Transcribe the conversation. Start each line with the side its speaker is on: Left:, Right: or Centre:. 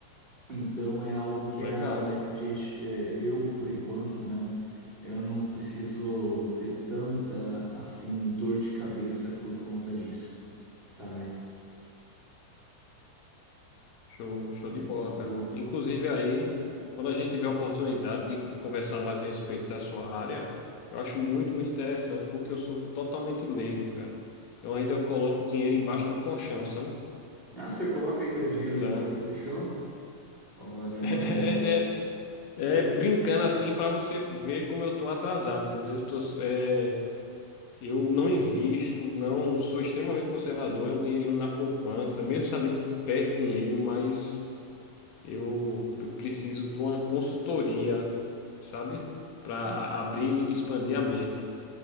Right: Então é algo que
Left: legal.
Right: a gente, é, eu por enquanto, né? Eu não preciso ter tanta assim dor de cabeça por conta disso, sabe?
Left: Show, show
Right: Mas
Left: de bola,
Right: é de boa.
Left: cara. Inclusive aí, quando a gente tiver a oportunidade de, de conversar mais a respeito da sua área, eu acho muito, muito interessante, porque eu sou totalmente leigo, cara. Eu ainda coloco dinheiro embaixo do colchão, sabe?
Right: Ah, se eu coloco ainda
Left: Então,
Right: dinheiro debaixo do colchão? Olha,
Left: <laughs> é,
Right: mano,
Left: é, é
Right: eu,
Left: brincando assim para você ver como eu tô atrasado, entendeu? Eu, tô, é, eu não invisto, não sou extremamente conservador, é um dinheirinho na poupança, mesmo sabendo que perde dinheiro, mas Eu, eu preciso de uma consultoria, sabe? Para
Right: eu,
Left: abrir e expandir a mente.